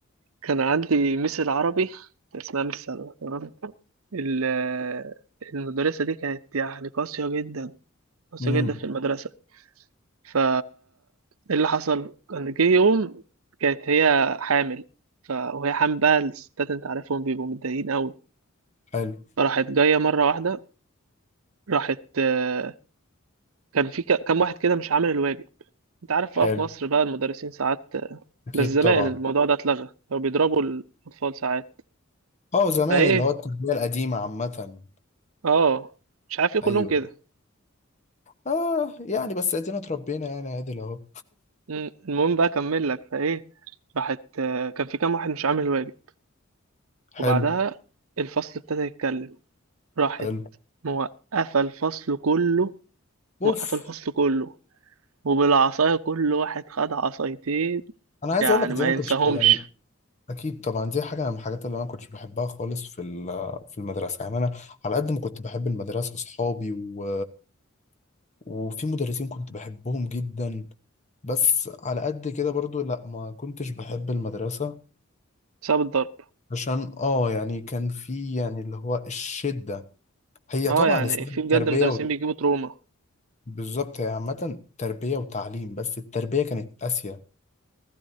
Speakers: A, on the right (about 80°); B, on the left (about 35°).
A: كان عندي ميس العربي اسمها ميس سلوى تمام ال- المدرسة دي كانت يعني قاسية جدا قاسية
B: امم
A: جدا في المدرسة فا إيه اللي حصل كان جه يوم كانت هي حامل ف... وهي حامل بقى الستات انت عارفهم بيبقوا متضايقين قوي
B: حلو
A: فراحت جايه مره واحده راحت آه، كان في ك- كام واحد كده مش عامل الواجب انت عارف
B: حلو
A: بقى في مصر بقى المدرسين ساعات آه،
B: اكيد
A: بس زمان
B: طبعا
A: الموضوع ده اتلغى كانوا بيضربوا الاطفال ساعات
B: اه زمان
A: فايه
B: اللي هو التربية القديمة عامة
A: اه مش عارف ليه كلهم
B: ايوه
A: كده
B: اه يعني بس ادينا اتربينا يعني عادل اهو
A: مم، المهم بقى اكمل لك فايه راحت آه، كان في كام واحد مش عامل الواجب وبعدها
B: حلو
A: الفصل ابتدى يتكلم راحت
B: حلو
A: موقفة الفصل كله
B: اوف
A: موقفة الفصل كله وبالعصاية كل واحد خد عصايتين
B: انا عايز
A: يعني
B: اقول لك دي
A: ما
B: انا ما
A: ينساهمش
B: كنتش يعني اكيد طبعا دي حاجه من الحاجات اللي انا ما كنتش بحبها خالص في ال- في المدرسه يعني انا على قد ما كنت بحب المدرسه اصحابي و... وفي مدرسين كنت بحبهم جدا بس على قد كده برضو لا ما كنتش بحب المدرسه
A: بسبب الضرب
B: عشان اه يعني كان في يعني اللي هو الشده هي
A: اه
B: طبعا
A: يعني
B: اسمها
A: في بجد
B: تربيه
A: مدرسين بيجيبوا تروما
B: بالظبط هي عامة تربية وتعليم بس التربية كانت قاسية